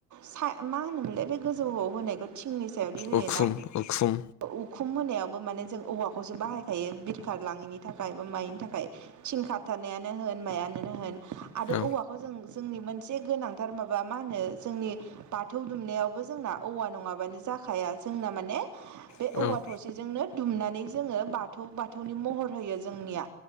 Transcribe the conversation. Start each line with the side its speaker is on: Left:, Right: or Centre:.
Right: सा मा होनोमोनलाय बे। गोजौआव होनायखौ थिंनि सायावदि होयोना?
Left: उखुम उखुम
Right: उखुम होनायावबो माने जों औवाखौसो बाहायखायो बिरखार लाङैनि थाखाय मायनि थाखाय थिं खाबथानायानो होन मायनो होन आरो
Left: औ
Right: औवा। खौ जों जोंनि मोनसे गोनां। थार माबा मा होनो जोंनि बाथौ दुमनायावबो जोंना औवा नङाबानो जाखाया जोंना माने बे
Left: औ जोंनो
Right: औवा थसेजोंनो दुमनानै जोङो बाथौ बाथौनि महर होयो जोंनिया